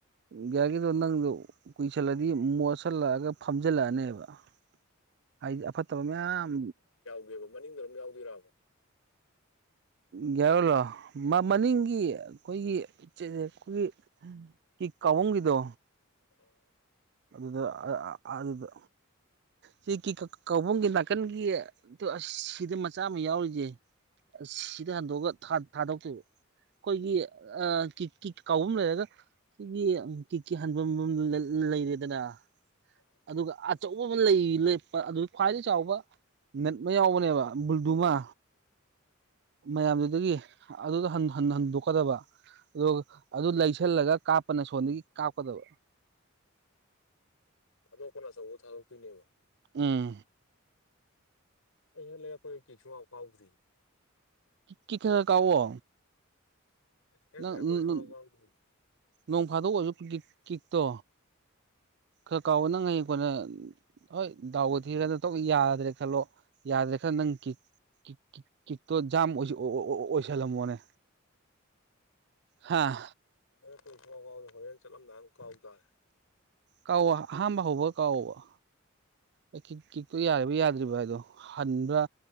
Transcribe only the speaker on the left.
ꯌ‌ꯦꯕ ꯃꯅꯤꯡꯗ ꯑꯗꯨꯝ ꯌꯥꯎꯗꯣꯏꯔꯕ?
ꯑꯥ
ꯑꯥ
ꯑꯥ
ꯊꯥꯗꯣꯛꯄꯅ ꯑꯆꯧꯕ ꯊꯥꯗꯣꯛꯇꯣꯏꯅꯦꯕ
ꯑꯩ ꯍꯦꯛ ꯂꯩꯔꯛꯄꯗꯩ ꯀꯤꯛ ꯁꯨꯛꯀꯥꯎ ꯀꯥꯎꯗ꯭ꯔꯤ
ꯍꯦꯛ
ꯂꯩꯔꯛꯄꯗꯩ ꯁꯨꯡꯀꯥꯎ
ꯀꯥꯎꯗ꯭ꯔꯤ
<unintelligible> ꯍꯣꯔꯦꯟ ꯆꯠꯂꯝꯗꯥꯏꯗ ꯑꯃꯨꯛ ꯀꯥꯎꯇꯥꯔꯦ